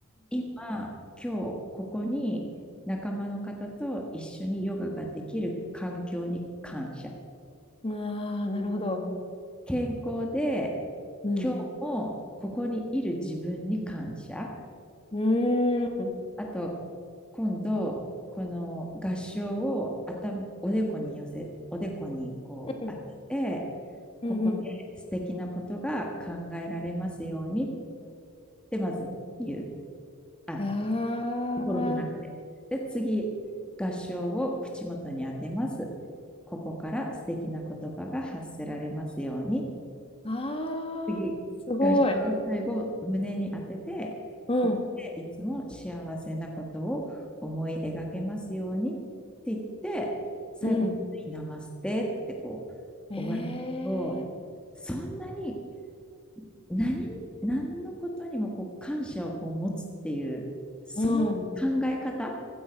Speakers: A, in the centre; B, on the left.
A: 今、今日ここに仲間の方と一緒にヨガができる環境に感謝。
B: うん。ああ、なるほど。
A: 健康で
B: うん。
A: 今日もここにいる自分に感謝。
B: うーん、
A: あと、今度、この合掌を頭、おでこに寄せ、おでこにこう当てて、
B: うん、うん、
A: ここで素敵なことが考えられますようにっ
B: うん。
A: てまず言う。あ、
B: いやー
A: 心の中で。で、次、合唱を口元に当てます。ここから素敵な言葉が発せられますように。
B: ああ、
A: 次、
B: すごい。
A: 合唱を最後、胸に当てて、
B: うん、
A: ここでいつも幸せなことを思い描けますようにって言って、最後、
B: うん。
A: ナマステってこう
B: ええ
A: 終わるけど、そんなに何何のことにもこう感謝をこう持つっていう、その考
B: うん、
A: え方